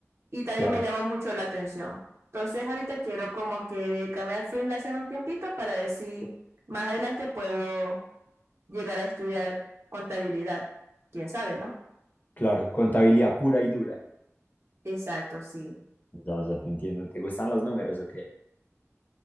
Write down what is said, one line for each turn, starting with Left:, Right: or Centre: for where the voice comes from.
Right: y también
Left: Claro,
Right: me llamó mucho la atención. Entonces ahorita quiero como que dedicarme al freelance en un tiempito para ver si más adelante puedo llegar a estudiar contabilidad. ¿Quién sabe, no?
Left: claro, contabilidad pura y dura.
Right: Exacto, sí.
Left: Ya, ya te entiendo. ¿Te gustan los números o qué?